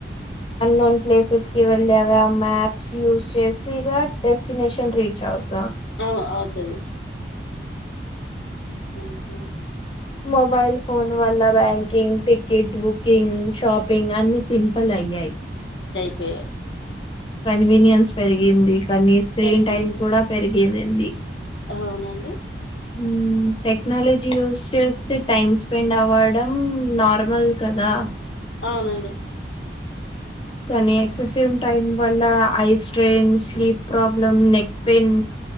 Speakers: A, on the left; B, on the left.
A: అన్నోన్ ప్లేసెస్ కి వెళ్ళే ఆమె మ్యాప్స్ యూస్ చేసి ఇ డెస్టినేషన్ రీచ్ అవుత
B: ఆహ్ అవుతుంది హుహ్
A: మోబైల్ ఫోన్ వాల్ళ banking ticket booking shopping అన్ని సింపుల్ అయ్యాయి
B: ఉమ్
A: కన్వీనియన్స్ పెరిగింది కానీ స్క్రీన్
B: పెరిగింది
A: టైమ్ కూడా పెరిగిందిడి
B: అవునండి
A: ఉమ్ టెక్నలోజీ స్ జస్ట్ టైమ్ స్పెండ్ అవ్వడం నార్మల్ కదా
B: అవునండి
A: కానీ ఎక్సెసివ్ టైం వల్ల ఐ స్ట్రెయిన్కి ప్రాబ్లం నెక్ పెయిన్